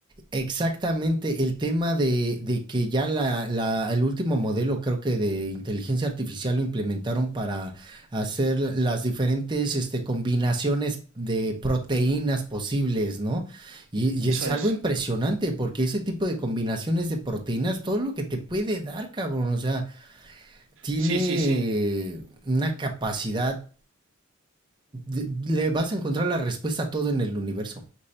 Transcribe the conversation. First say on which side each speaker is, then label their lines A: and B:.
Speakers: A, on the right; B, on the right.
A: Exactamente, el tema de, de que ya la, la- el último modelo, creo que de inteligencia artificial, lo implementaron para hacer las diferentes este, combinaciones de proteínas posibles, ¿no? Y, y
B: eso
A: es algo
B: es.
A: impresionante porque ese tipo de combinaciones de proteínas, todo lo que te puede dar, cabrón, o sea, tiene
B: Sí, sí, sí.
A: una capacidad, de- le vas a encontrar la respuesta a todo en el universo.